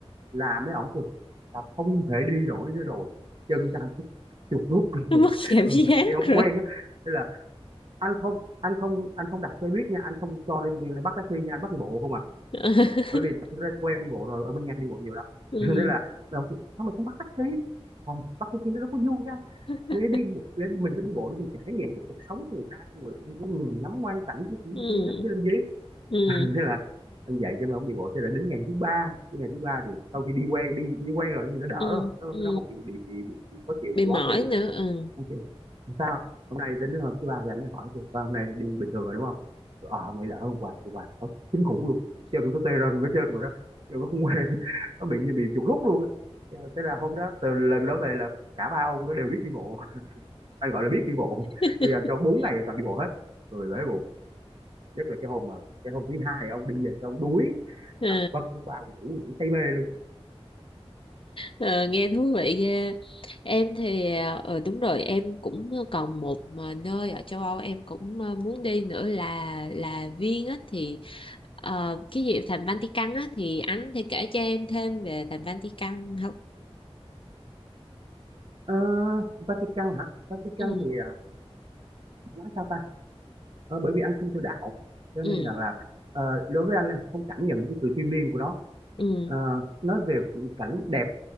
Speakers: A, on the right (about 55°); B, on the left (about 55°).
A: là mấy ổng kêu tao không thể đi nổi nữa rồi chân tao chuột rút
B: <laughs>
A: rồi
B: nó mất
A: <laughs>
B: cảm giác
A: đi không
B: rồi
A: quen á thế là anh không anh không anh không đặt xe buýt nha anh không cho đi liền bắt taxi nha anh bắt đi bộ không à
B: <laughs>
A: bởi vì thực ra quen đi bộ rồi ở bên nha đi bộ nhiều lắm
B: ừ
A: <laughs> nên là đồng chí, sao mà không bắt taxi không bắt taxi nó đâu có vui nha
B: <laughs>
A: mình để đi bộ, mình phải đi bộ để mình trải nghiệm cái cuộc sống của người ta người người mình ngắm quang cảnh
B: ừ
A: đi taxi làm gì
B: ừ
A: thế là anh dạy cho mấy ông đi bộ cho đến đến ngày thứ ba đến ngày thứ ba thì sau khi đi quen đi đi quen rồi thì nó đỡ
B: ừ
A: không nó,
B: ừ
A: nó không bị bị bị, bị, bị khó chịu
B: bị
A: bị
B: mỏi
A: bó chân nữa
B: nữa ừ
A: anh kêu sao hôm nay đến đứa hôm thứ ba thì anh mới hỏi kêu "Sao hôm nay đi bình thường rồi đúng không ờ mày đỡ hôm qua hôm qua ở kinh khủng luôn chân nó tê rần hết trơn mà đó nhưng nó không quen <laughs> nó bị như bị chuột rút luôn á Ờ, thế là hôm đó từ lần đó về là cả ba ông nó đều biết đi bộ anh gọi là biết đi bộ
B: <laughs>
A: bây giờ cho bốn ngày là toàn đi bộ hết người bể bụng nhất là cái hôm mà cái hôm thứ hai ông đi về xong ông đuối
B: Ờ,
A: nằm vật cũng bao ngủ ngủ say mê luôn
B: ờ, nghe thú vị ghê em thì ờ ừ, đúng rồi em cũng còn một mà nơi ở châu Âu em cũng ờ, muốn đi nữa là là Viên á thì ờ, cái gì thành Vatican á thì anh thì kể cho em thêm về thành Vatican không
A: Ờ, Vatican hả Vatican
B: ừ
A: thì à, nói sao ta Ờ, bởi vì anh không theo đạo cho
B: ừ
A: nên rằng là ờ, đối với anh là không cảm nhận được cái sự thiêng liêng của nó
B: ừ
A: Ờ, nói về cảnh đẹp